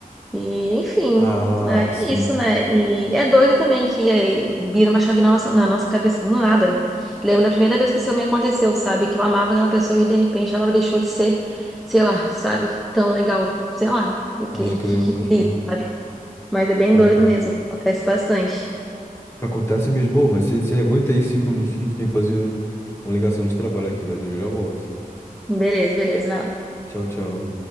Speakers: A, in the centre; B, on the left.
A: E enfim,
B: Ah,
A: é
B: sim.
A: isso, né? E é doido também que é, vira uma chave na nossa, na nossa cabeça do nada. Lembro da primeira vez que isso me aconteceu, sabe? Que eu amava aquela pessoa e de repente ela deixou de ser, sei lá, sabe? Tão legal, sei lá,
B: Pode
A: que,
B: crer,
A: que, que-
B: pode crer,
A: sabe? Mas é bem
B: pode
A: doido
B: crer.
A: mesmo, acontece bastante.
B: Acontece mesmo, ô, mas você você aguenta aí cinco minutinhos, tem que fazer uma ligação de trabalho aqui, mas eu já volto.
A: Beleza, beleza, vai lá.
B: Tchau, tchau.